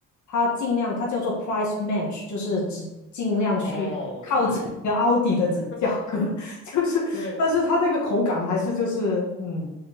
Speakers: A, on the left; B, on the left.
A: 它尽量它叫做 price match，就是只尽量去
B: 哦，对，
A: 个奥迪的价格，
B: <laughs>
A: <laughs> 就是，
B: 对，
A: 但是它那个口感还是就是，嗯，